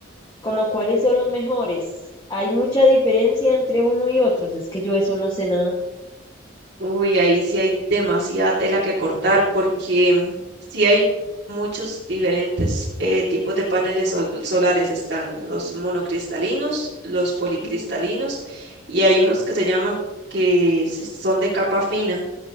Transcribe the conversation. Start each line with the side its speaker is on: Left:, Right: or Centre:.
Left: como cuáles son los mejores, ¿hay mucha diferencia entre uno y otros? Es que yo eso no sé nada.
Right: Uy, ahí sí hay demasiada tela que cortar porque mm, sí hay muchos diferentes eh, tipos de paneles sol- solares. Están los monocristalinos, los policristalinos
Left: Mm,
Right: y hay unos que se llaman que se- son de capa fina.